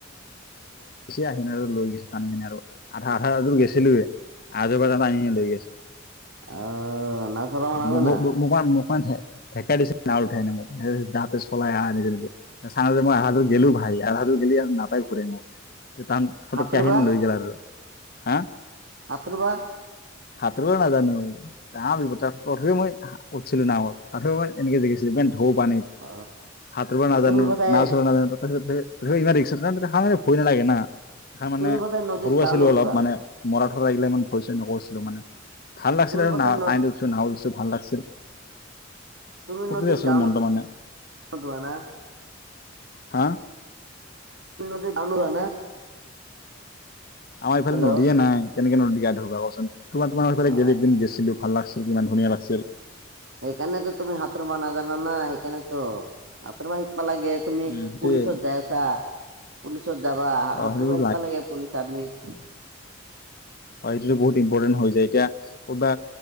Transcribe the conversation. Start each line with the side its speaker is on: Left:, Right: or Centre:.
Left: <unintelligible> আৰু লৈ গৈছে টানি কিনি আৰু। আধা আধা এযোৰ গেছিলো এ। <unintelligible> টানি কিনি লৈ গৈছে।
Right: অ নাও চলাব
Left: <unintelligible>
Right: নাজানা
Left: মানঢেককা দিছে না উঠাই ন মোক দাতে চলাই অহা নি <unintelligible> চান যে মই আধাটো গেলো ভাই আধাটো গেলি আৰু নাপাই ঘুৰাই মোক। যে তাহান ফটোককে
Right: সাঁতুৰিবা
Left: আহি লৈ গল আৰু হা <unintelligible>
Right: আত্ৰবা
Left: সাঁতৰিব নাজনো। <unintelligible> মই উঠছিলো নাৱত, ওঠোনি মই এনেকে <unintelligible> ঢৌ পানীত।
Right: অ
Left: সাতোৰিব নাযানো,
Right: তুমি বোধয়
Left: নাও চলাব নাযানো, তাৰপাছতে ইমান ৰিক্সা <unintelligible> মানে ভয় নালাগে না। সা মানে
Right: তুমি বোধয় নদীত
Left: সৰু আছিলো
Right: গা নোধোৱা
Left: অলপ মানে। মৰাঠৰা এইগিলা ইমান ভয় চয় নকৰছিলো মানে। ভাল লাগছিলে
Right: তুমি
Left: আৰু
Right: বোধয়
Left: না
Right: ন
Left: <unintelligible> ভাল লাগছিল।
Right: তুমি
Left: খুকেই
Right: নদীত
Left: আছিল
Right: গা
Left: মনটো মানে।
Right: নোধোৱা না
Left: হা?
Right: <unintelligible>
Left: আমাৰ এইফালে
Right: হেল্ল'
Left: নদীয়ে নাই। কেনেকে নদী গা ধুবা কচোন, তোমাৰ তোমাৰ সফালে
Right: অ
Left: একদিন গেছিলো ভাল লাগছিল। কিমান ধুনীয়া লাগিছিল।
Right: সেইকাৰণেটো তুমি সাতোৰিব নাজানা না সেইকাৰণেটো সাতোৰিব। লাগে তুমি
Left: উম সেইটোয়ে
Right: পুলিচত যাই আছা পুলিচ। ছত যাবা
Left: অ
Right: হাতৰ
Left: সেইটো
Right: বাইক পাল লাগে পুলিচ আৰ্মিত।
Left: হয় সেটোতো বহুত ইম্পৰ্টেণ্ট হৈ যায় এতিয়া কৰ'বা।